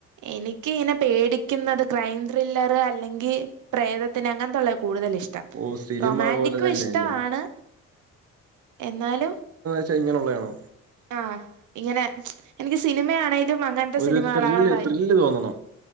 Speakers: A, on the right; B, on the right.
A: എനിക്ക് ഇങ്ങനെ പേടിക്കുന്നത് ക്രൈം ത്രില്ലർ അല്ലെങ്കി പ്രേതത്തിന് അങ്ങനത്തെള്ളാ കൂടുതൽ ഇഷ്ടം
B: ഓ സിനിമ
A: റൊമാന്റിക്കും
B: പോലെ തന്നെയല്ലേ
A: ഇഷ്ടമാണ് എന്നാലും
B: <unintelligible> ഇങ്ങനെയൊള്ളയാണോ
A: ആ ഇങ്ങനെ എനിക്ക് സിനിമയാണേലും അങ്ങനത്തെ
B: ഒരു
A: സിനിമകളോടായി
B: ത്രില്ല് ത്രില്ല് തോന്നണം